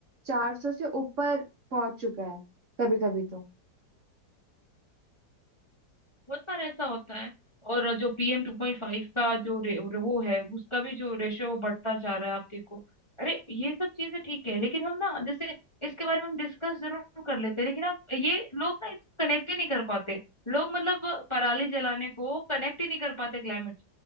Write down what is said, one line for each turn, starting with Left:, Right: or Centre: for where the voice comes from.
Right: 400 से ऊपर पहुंच चुका है कभी कभी तो
Left: बहुत बार ऐसा होता है और जो पीएम टू पॉइंट फाइव का जो रे, वो है उसका भी जो रेशियो वो बढ़ता जा रहा है आप देखो अरे ये सब चीजें ठीक है लेकिन हम ना जैसे इसके बारे में हम डिस्कस जरूर कर लेते हैं लेकिन आप ये लोग ना इसको कनेक्ट ही नहीं कर पाते लोग मतलब पराली जलाने को कनेक्ट ही नहीं कर पाते क्लाइमेट